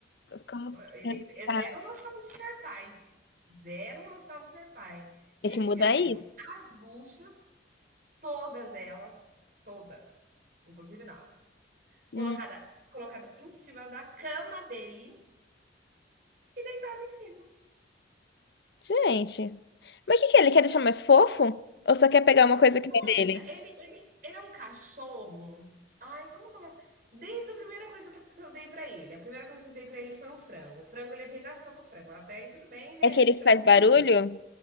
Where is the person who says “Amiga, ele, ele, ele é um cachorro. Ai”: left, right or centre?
Right